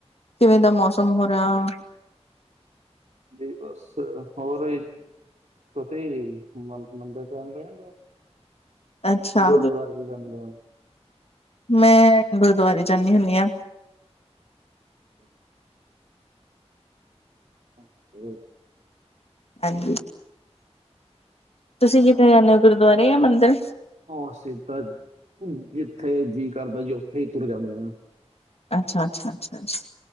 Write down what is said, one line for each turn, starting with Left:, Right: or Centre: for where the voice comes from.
Left: ਕਿਵੇਂ ਦਾ ਮੌਸਮ ਹੋ ਰਿਹਾ?
Right: ਜੀ, ਬਸ, ਹੋਰ ਤੁਸੀਂ ਵੀ ਮੰਦਿਰ ਚ ਜਾਂਦੇ ਹੋ, ਬਸ
Left: ਅੱਛਾ
Right: ਗੁਰਦੁਆਰੇ ਚ ਜਾਂਦੇ ਹੋ?
Left: ਮੈਂ ਗੁਰਦੁਆਰੇ ਜਾਣੀ ਹੁੰਦੀ ਹਾਂ।
Right: <inaudible> ਤੁਸੀਂ
Left: ਹਾਂਜੀ। ਤੁਸੀਂ ਕਿੱਥੇ ਜਾਂਦੇ ਹੋ, ਗੁਰਦੁਆਰੇ ਜਾਂ ਮੰਦਿਰ?
Right: ਅਸੀਂ ਤਾਂ ਜਿੱਥੇ ਜੀਅ ਕਰਦਾ ਜੀ, ਉੱਥੇ ਹੀ ਤੁਰ ਜਾਂਦੇ ਹਾਂ।
Left: ਅੱਛਾ-ਅੱਛਾ। ਅੱਛਾ-ਅੱਛਾ।